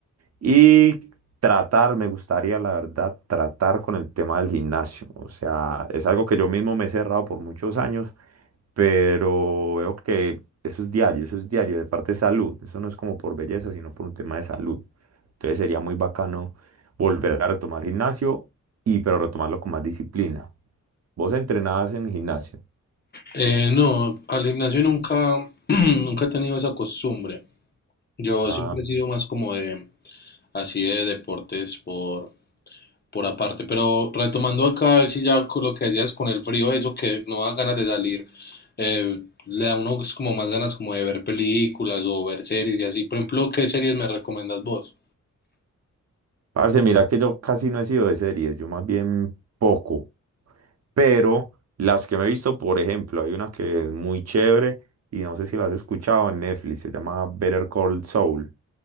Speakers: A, on the right; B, on the left.
A: Y tratar, me gustaría la verdad, tratar con el tema del gimnasio. O sea, es algo que yo mismo me he cerrado por muchos años, pero veo que eso es diario, eso es diario, de parte de salud. Eso no es como por belleza, sino por un tema de salud. Entonces sería muy bacano volver a retomar gimnasio y pero retomarlo con más disciplina. Vos entrenabas en gimnasio.
B: Eh, no, al gimnasio nunca, <clears throat> nunca he tenido esa costumbre. Yo
A: Ah,
B: siempre he sido más como de, así de deportes por, por aparte. Pero retomando acá, si ya con lo que decías con el frío, eso que no da ganas de salir, eh, le da a uno pues, como más ganas como de ver películas o ver series y así. Por ejemplo, ¿qué series me recomiendas vos?
A: parce, mira que yo casi no he sido de series, yo más bien poco. Pero las que me he visto, por ejemplo, hay una que es muy chévere y no sé si la has escuchado en Netflix, se llama Better Call Saul.